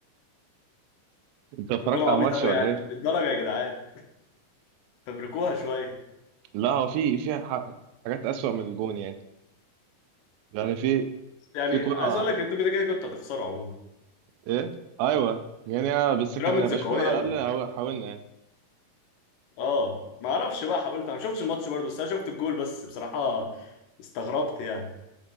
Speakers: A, on the right; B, on the left.
A: انت اتفرجت
B: جول عبيط
A: على الماتش
B: قوي
A: ولا
B: يعني
A: ايه
B: مش للدرجه يا جدعان فبركوها شويه
A: لا هو في في ح- حاجات اسوأ من الجون يعني يعني في
B: يعني
A: في كرة
B: عايز اقول لك انتوا كده كده كنتوا هتخسروا عموما
A: ايه ايوه يعني بس كان
B: بيراميدز
A: يبقى
B: قويه
A: شايفين على
B: قوي
A: الاقل حاولنا يعني
B: اه ما اعرفش بقى قلت انا ما شفتش الماتش برضه بس انا شفت الجول بس بصراحه استغربت يعني